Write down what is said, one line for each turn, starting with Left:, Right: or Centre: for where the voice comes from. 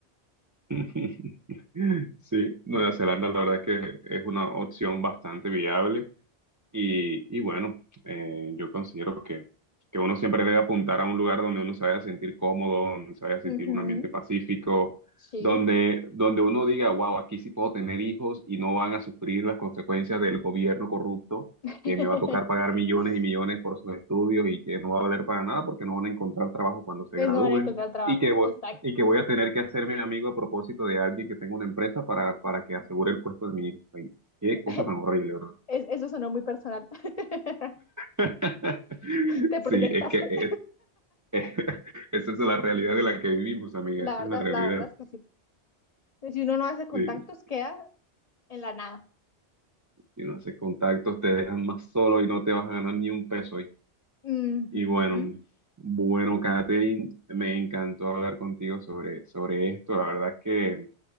Right: <laughs> Sí, Nueva Zelanda la verdad es que es una opción bastante viable. Y, y bueno, eh, yo considero que, que uno siempre debe apuntar a un lugar donde uno se vaya a sentir cómodo, donde se vaya a sentir
Left: Ujú,
Right: un ambiente pacífico,
Left: sí.
Right: donde, donde uno diga, wow, aquí sí puedo tener hijos y no van a sufrir las consecuencias del gobierno corrupto,
Left: <laughs>
Right: que me va a tocar pagar millones y millones por sus estudios y que no va a valer para nada porque no van a encontrar trabajo cuando se
Left: Eh,
Right: gradúen
Left: No van a encontrar trabajo.
Right: y que voy,
Left: Exacto.
Right: y que voy a tener que hacerme amigo a propósito de alguien que tenga una empresa para, para que asegure el puesto de mi hijo. Ay, Qué cosa
Left: <laughs>
Right: tan horrible, ¿verdad?
Left: Es- eso sonó muy personal. <laughs>
Right: <laughs>
Left: Te
Right: Sí,
Left: proyectaste.
Right: es que es-
Left: <laughs>
Right: es- <laughs> esa es la realidad de la que vivimos, amiga,
Left: La
Right: esa es
Left: verdad,
Right: la realidad.
Left: la verdad es que sí. Si uno no hace contactos,
Right: Sí,
Left: queda en la nada.
Right: si no haces contactos te dejan más solo y no te vas a ganar ni un peso hoy.
Left: Ujú.
Right: Y bueno, bueno, Katherine, me encantó hablar contigo sobre, sobre esto. La verdad es que